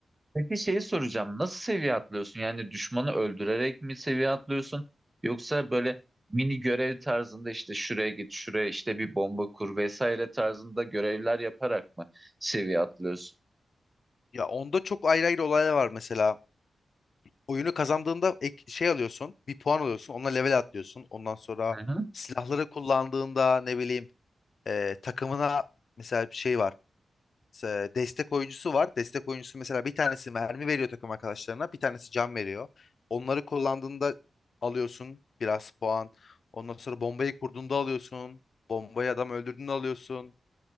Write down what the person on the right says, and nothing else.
Peki şeyi soracağım. Nasıl seviye atlıyorsun? Yani düşmanı öldürerek mi seviye atlıyorsun? Yoksa böyle mini görev tarzında işte şuraya git, şuraya işte bir bomba kur vesaire tarzında görevler yaparak mı seviye atlıyorsun?
Hı hı.